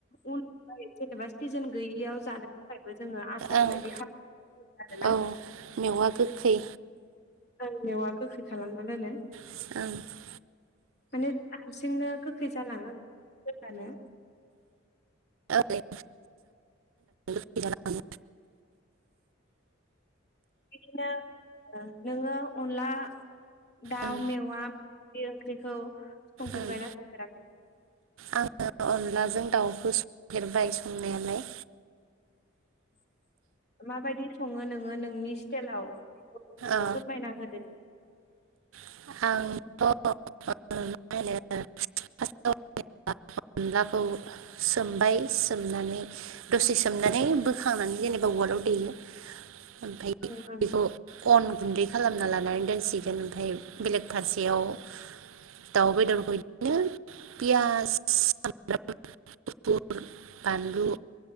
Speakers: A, on the left (about 55°); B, on the right (about 75°).
A: उन फाय जेनेबा सिजोन गैयियाव जानो थाखायबो जोङो आसार
B: ओं
A: बायदि खाम <inaudible> आरोना।
B: औ मेवा गोखै
A: आं मेवा गोखै खालामना दोनो।
B: <unintelligible>
A: माने हारसिंनो गोखै जालाङो दोननानो।
B: <unintelligible> <unintelligible>
A: बिदिनो ओ नोङो अनला दाउ
B: ओं
A: मेवा बे ओंख्रिखौ संफेरबायना
B: ओं
A: संफेराखै?
B: आङो अनलाजों दाउखौ संफेरबाय संनायालाय।
A: <inaudible> माबायदि सङो नोङो नोंनि स्टेलाव <inaudible>
B: ओ
A: फोरमायना होदो।
B: आंथ' <unintelligible> फार्स्टआव अनलाखौ सोमबाय सोमनानै दसे सोमनानै बोखांनानै जेनेबा उवालाव देयो ओमफाय
A: ओं ओं
B: बेखौ अन गुन्दै खालामना लानानै दोनसिगोन ओमफाय बेलेग फारसेयाव दाउ बेदरखौ इदिनो पियास <unintelligible> बानलु